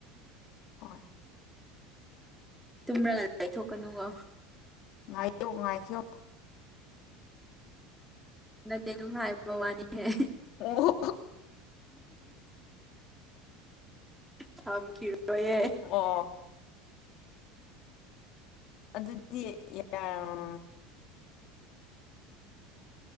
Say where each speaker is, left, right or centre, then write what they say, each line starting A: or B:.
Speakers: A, on the left (about 55°); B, in the centre.
A: ꯍꯣꯏ
B: ꯇꯨꯝꯔꯒ ꯂꯩꯊꯣꯛꯀꯅꯨꯀꯣ
A: ꯉꯥꯏꯌꯣ ꯉꯥꯏꯈꯤꯌꯣ
B: ꯅꯠꯇꯦ ꯑꯗꯨꯝ ꯍꯥꯏꯕ ꯋꯥꯅꯤ ꯑꯦ
A: ꯑꯣ
B: ꯊꯕꯤꯈꯤꯔꯣꯏꯌꯦ
A: ꯑꯣ ꯑꯗꯨꯗꯤ ꯌꯥꯔꯝ